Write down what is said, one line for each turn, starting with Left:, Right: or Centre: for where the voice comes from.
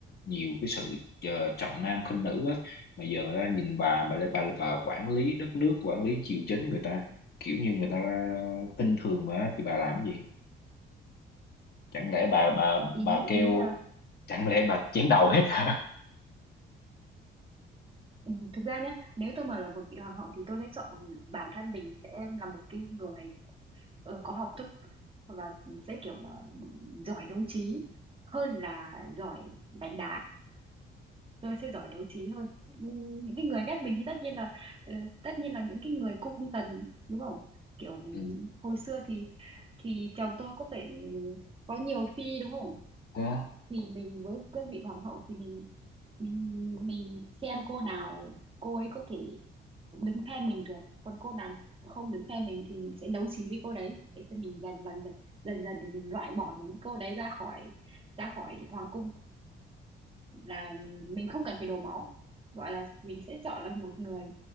Left: nhiều cái sự ờ, trọng nam khinh nữ á mà giờ người ta nhìn bà bà bà, bà quản lý đất nước quản lý triều chính người ta kiểu như người ta khinh thường mà thì bà làm gì chẳng lẽ bà bà bà
Right: ý
Left: kêu
Right: ý là
Left: chẳng lẽ bà chém đầu hết hả
Right: Ừ, thực ra nhá nếu tôi mà là một vị hoàng hậu thì tôi sẽ chọn bản thân mình sẽ là một cái người kiểu, ờ, có học thức và sẽ kiểu là giỏi đấu trí hơn là giỏi đánh đá tôi sẽ giỏi đấu trí hơn Ừ, những cái người ghét mình thì tất nhiên là ờ, tất nhiên là những cái người cung tần đúng không kiểu
Left: Ừ.
Right: hồi xưa thì thì chồng tôi có phải có nhiều phi đúng không
Left: Ủa?
Right: thì mình với cương vị hoàng hậu thì mình mình mình xem cô nào cô ấy có thể đứng phe mình được còn cô nào không đứng phe mình thì mình sẽ đấu trí với cô đấy để xem mình dần dần dần dần dần để mình loại bỏ những cô đấy ra khỏi ra khỏi hoàng cung là mình không cần phải đổ máu gọi là mình sẽ chọn là một người